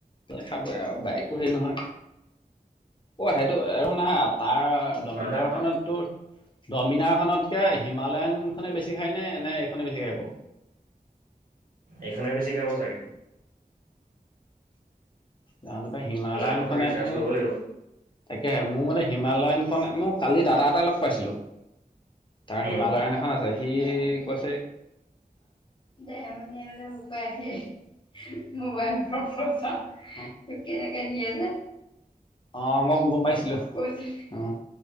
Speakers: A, on the left (about 30°); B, on the right (about 60°).
A: খাবই আৰু বাইকো হেৰি নহয়। অ' সেইটো নহয় তাৰ ডমিনাৰ
B: মানুহে পা
A: খনত তোৰ ডমিনাৰ তকে হিমালয়ন খনে বেছি খাই নে, নে এইখনে বেছি খাই বাৰু?
B: এইখনেই বেছি খাব চাগে।
A: জানো পাই হিমালয়ন
B: জানো সেইটো
A: খনেহে
B: ৰিচাৰ্জ কৰিব লাগিব
A: তাকে মোৰ মানে হিমালয়ান, মই কালি দাদা এটা লগ পাইছিলো তাৰ
B: উম
A: হিমালয়ান এখন আছে সি কৈছে দে মন হলে উপাই আহি মোবাইলৰ ওৰত চা তোক কেনেকে নিয়ে যে অ', মই গম পাইছিলো কৈ অ'।